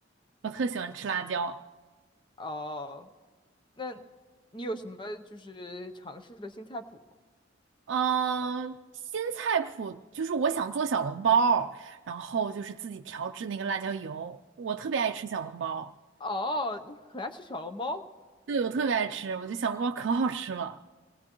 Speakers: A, on the right; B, on the left.
A: 我特喜欢吃辣椒。
B: 哦、那你有什么就是尝试的新菜谱吗？
A: 嗯，新菜谱就是我想做小笼包儿然后就是自己调制那个辣椒油，我特别爱吃小笼包，
B: 哦，你很爱吃小笼包？
A: 对，我特别爱吃，我觉得小笼包可好吃了。